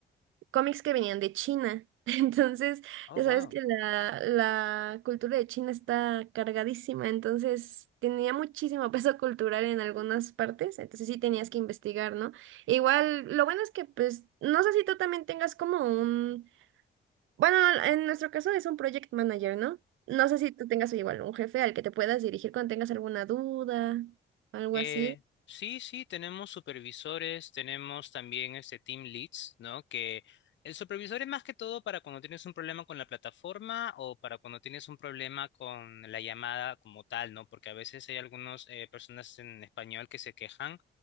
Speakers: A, on the right (about 80°); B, on the left (about 65°).
A: cómics que venían de China. <laughs> Entonces,
B: Oh,
A: ya
B: wow.
A: sabes que la, la cultura de China está cargadísima, entonces tenía muchísimo <laughs> peso cultural en algunas partes, entonces sí tenías que investigar, ¿no? E Igual, lo bueno es que, pues, no sé si tú también tengas como un, bueno, en nuestro caso es un project manager, ¿no? No sé si tú tengas igual un jefe al que te puedas dirigir cuando tengas alguna duda, algo
B: Eh,
A: así.
B: sí, sí, tenemos supervisores, tenemos también este team leads, ¿no? Que el supervisor es más que todo para cuando tienes un problema con la plataforma o para cuando tienes un problema con la llamada como tal, ¿no? Porque a veces hay algunas personas en español que se quejan